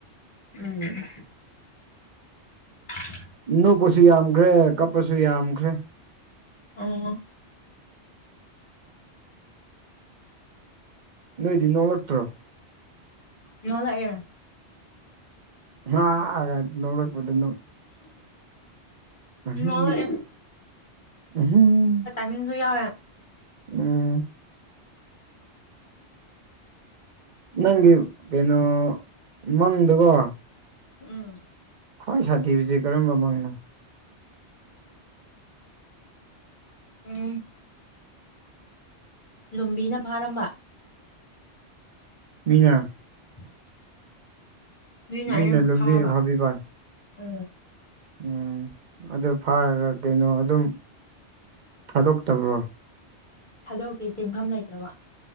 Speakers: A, on the left; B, on the right.
A: ꯎꯝ <inaudible>
B: ꯅꯣꯞꯄꯁꯨ ꯌꯥꯝꯈ꯭ꯔꯦ ꯀꯞꯄꯁꯨ ꯌꯥꯝꯈ꯭ꯔꯦ
A: ꯑꯣ
B: ꯅꯣꯏꯗꯤ ꯅꯣꯂꯛꯇ꯭ꯔꯣ
A: ꯅ ꯂꯥꯛꯑꯦ
B: ꯑ ꯅꯄꯗ ꯎꯝ
A: ꯅꯣꯛꯂꯛꯑꯦ
B: ꯎꯝ
A: ꯃꯤꯁꯨ ꯌꯥꯏ
B: ꯎꯝ ꯅꯪꯒꯤ ꯀꯩꯅꯣ ꯃꯪꯗꯀꯣ
A: ꯎꯝ
B: ꯈ꯭ꯋꯥꯏ ꯁꯥꯊꯤꯕꯁꯦ ꯀꯔꯝꯕ ꯃꯡꯅꯣ
A: ꯎꯝ ꯂꯨꯝꯕꯤꯅ ꯐꯥꯔꯝꯕ
B: ꯃꯤꯉꯥ
A: <inaudible> ꯃꯤ ꯉꯥꯏ
B: ꯃꯤꯅ
A: ꯑꯔꯦꯝꯕꯨ
B: ꯂꯨꯝꯕꯤ
A: ꯈꯥꯕ
B: ꯐꯥꯕꯤꯕ
A: ꯎ
B: ꯎꯝ ꯑꯗꯨ ꯐꯥꯔꯒ ꯀꯩꯅꯣ ꯑꯗꯨꯝ ꯊꯥꯗꯣꯛꯇꯕ꯭ꯔꯣ
A: ꯊꯥꯗꯣꯛꯇꯤ ꯆꯦꯟꯐꯝ ꯂꯩꯇ꯭ꯔꯕ